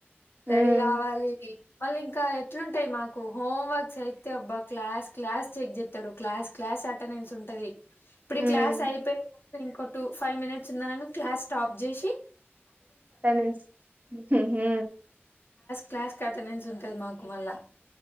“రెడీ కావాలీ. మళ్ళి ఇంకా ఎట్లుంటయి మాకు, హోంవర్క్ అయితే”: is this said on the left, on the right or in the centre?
Left